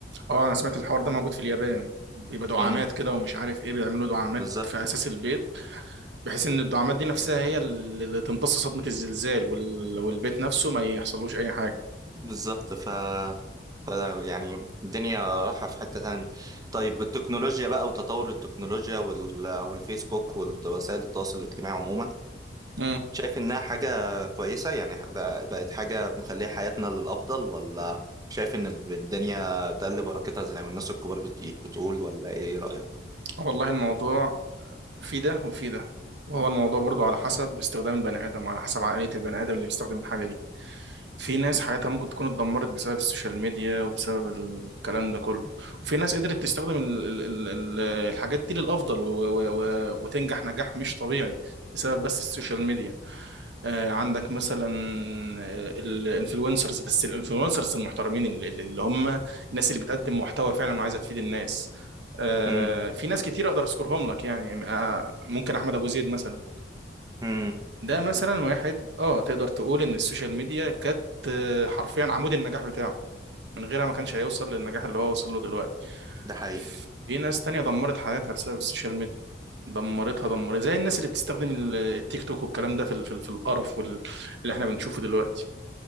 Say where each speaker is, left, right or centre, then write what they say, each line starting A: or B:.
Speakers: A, on the right (about 80°); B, on the right (about 20°).
A: اه انا سمعت الحوار ده موجود في اليابان بيبقى دعامات
B: امم
A: كده ومش عارف ايه بيعملوا دعامات
B: بالظبط
A: في اساس البيت بحيث ان الدعامات دي نفسها هي اللي اللي تمتص صدمة الزلزال وال... والبيت نفسه ما يحصلوش اي حاجة
B: بالظبط ف ف يعني الدنيا رايحة في حتة تانية طيب التكنولوجيا بقى وتطور التكنولوجيا وال... والفيسبوك ووسائل التواصل الاجتماعي عموما
A: امم
B: شايف انها حاجة كويسة يعني بق- بقت حاجة مخلية حياتنا للأفضل ولا شايف ان الدنيا تقل بركتها زي ما الناس الكبار بت- بتقول ولا ايه رأيك؟
A: والله الموضوع في ده وفي ده وهو الموضوع برضو على حسب استخدام البني ادم وعلى حسب عقلية البني ادم اللي بيستخدم الحاجة دي في ناس حياتها ممكن تكون اتدمرت بسبب السوشيال ميديا وبسبب الكلام ده كله وفي ناس قدرت تستخدم ال- ال- ال- ال- الحاجات دي للأفضل و و و وتنجح نجاح مش طبيعي بسبب بس السوشيال ميديا آه عندك مثلا الانفلونسرز بس الانفلونسرز المحترمين اللي, اللي هم الناس اللي بتقدم محتوى فعلا وعايزة تفيد الناس آه
B: امم
A: في ناس كتير اقدر اذكرهم لك يعني آه ممكن احمد ابو زيد مثلا
B: امم
A: ده مثلا واحد اه تقدر تقول ان السوشيال ميديا كانت آه، حرفيا عمود النجاح بتاعه من غيرها ما كانش هيوصل للنجاح اللي هو وصل له دلوقتي
B: ده حقيقي
A: في ناس تانية دمرت حياتها بسبب السوشيال ميديا دمرتها دمرت زي الناس اللي بتستخدم ال- التيك توك والكلام ده في ال- في, ال- في القرف وال- اللي احنا بنشوفه دلوقتي